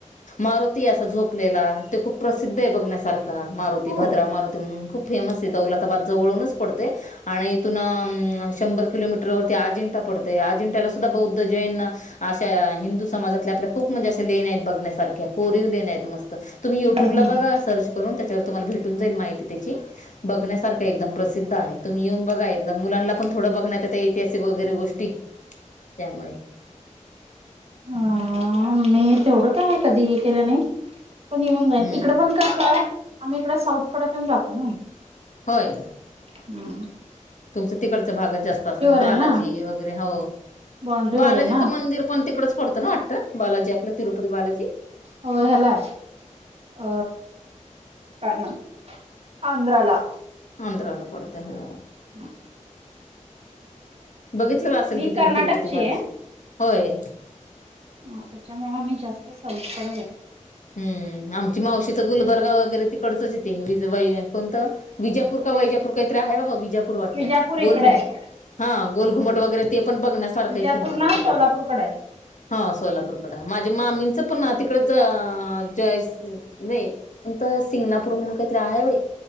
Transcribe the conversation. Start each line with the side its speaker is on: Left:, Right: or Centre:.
Left: मारुती असा झोपलेला ते खूप प्रसिद्ध आहे बघण्यासारखा मारुती
Right: होय.
Left: भद्रा मारुती म्हणून खूप फेमस आहे दौलताबाद जवळूनच पडते आणि इथून शंभर किलोमीटरवरती आजिंठा अजिं्याला सुद्धा बौद्ध जैन अशा हिंदू समाजातले आपल्या खूप म्हणजे असे लेण्या आहेत बघण्यासाठी कोरीव लेण्या आहेत मस्त तुम्ही यू
Right: हम्म
Left: यूट्यूब ला बगा सर्च करून त्याच्यावर तुम्हाला भेटून जाईल माहिती त्याची बघण्यासारखं आहे एकदम प्रसिद्ध आहे तुम्ही येऊन बघा एकदा मुलांना पण थोडं बघण्यात येत ऐतिहासिक वगैरे गोष्टी त्यामुळे
Right: अ
Left: हम्
Right: तेवढं काय कधी हे केलं नाही पण येऊन जाईन
Left: हम्म
Right: इकड पण कसं हाय आम्ही इकड साऊथकडे तेन जातो ना
Left: होय
Right: हम्
Left: तुमच तिकडच् भागात जास्त असल
Right: आहे
Left: बालाजी
Right: ना
Left: वगैरे हो
Right: बाॉंड्रीवर
Left: बालाजीचं
Right: आहे ना
Left: मंदिर पण तिकडच पडतं ना वाटत बालाजी आपलं तिरुपती बालाजी
Right: हो हलाय अ काय नाय अंद्रला
Left: आंध्रला पडतंय हो
Right: हम
Left: बघितलेलं असेल
Right: मी
Left: की तुम्ही
Right: कर्नाटकची
Left: तिरुपतीबालाजी होय
Right: ह त्याच्यामुळ आम्ही जास्त साऊथ कड जातो
Left: हम् आमची मावशी तर गुलबर्गा वगैरे तिकडचच येते कोणतं विजापूर का वैजापूर काहीतरी आहे बाबा विजापूर वाटतं
Right: विजापूर इकडे
Left: गोलगोम
Right: आहे.
Left: हा गोलघुमट वगैरे ते पण बघण्यासारखं
Right: विजापूर
Left: आय की म्हणतात
Right: ना
Left: तिकडे
Right: सोलापूरकडे आहे.
Left: हा सोलापूरकड माझे मामींचं पण तिकडच जय नाही प सिंगणापूर म्हणून काहीतरी आहे बाई